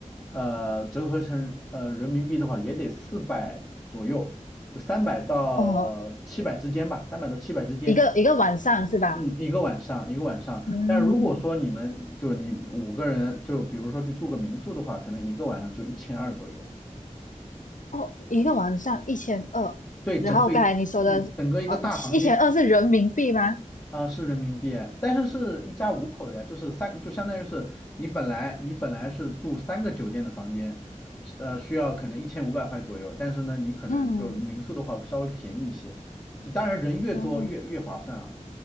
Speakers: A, on the left; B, on the left.
A: 呃折合成呃人民币的话，也得四百左右，就三百到七百之间吧，
B: 哦，
A: 三百到七百之间。
B: 一个一个晚上是吧？
A: 嗯，一个晚上，一个晚上。
B: 嗯，
A: 但如果说你们就你五个人，就比如说去住个民宿的话，可能一个晚上就一千二左右。
B: 哦，一个晚上一千二。
A: 对，
B: 然后刚才你说的，
A: 整个一嗯，整个一个大房间。
B: 呃，一千二是人民币吗？
A: 啊，是人民币哎但是是一家五口的呀，就是三，就相当于是你本来你本来是住三个酒店的房间，呃，需要可能一千五百块左右，但是呢，你可能就民宿的话稍微便宜一些，
B: 嗯
A: 就当然人越多越越划算啊，
B: 哦，